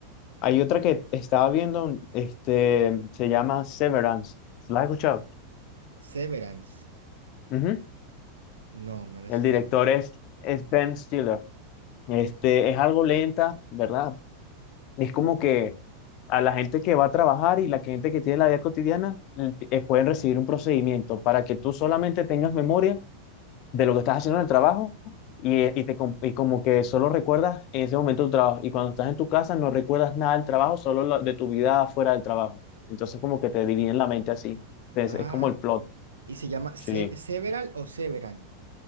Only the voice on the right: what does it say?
Severance.
No, no la
he escuchado.
Ah,
y se llama Se-
Several o Severan.